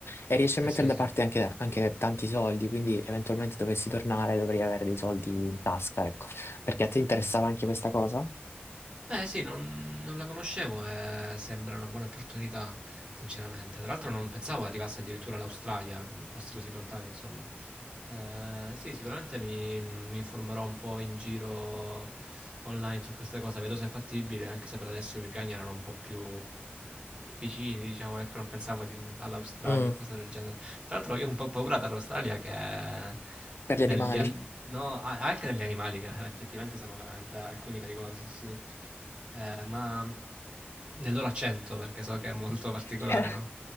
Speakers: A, on the left (about 70°); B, on the right (about 25°).
A: e riesci a mettere
B: Eh sì,
A: da
B: sì.
A: parte anche, anche tanti soldi, quindi eventualmente dovessi tornare dovrei avere dei soldi in tasca, ecco. Perché a te interessava anche questa cosa?
B: Beh, sì, non, non la conoscevo e sembra una buona opportunità, sinceramente. Tra l'altro non pensavo arrivasse addirittura all'Australia, con posti così lontani, insomma. Eh, sì, sicuramente mi, mi informerò un po' in giro online su questa cosa, vedo se è fattibile, anche se per adesso i miei piani erano un po' più vicini, diciamo, ecco, non pensavo di- all'Australia
A: Mm.
B: o cose del genere. Tra l'altro io ho un po' paura dall'Australia che...
A: Per
B: Degli,
A: gli animali?
B: al- no, a- anche degli animali che <laughs> effettivamente sono veramente alcuni pericolosi, sì. Eh, ma nell'ora 100 perché so che è molto particolare,
A: Perché?
B: no?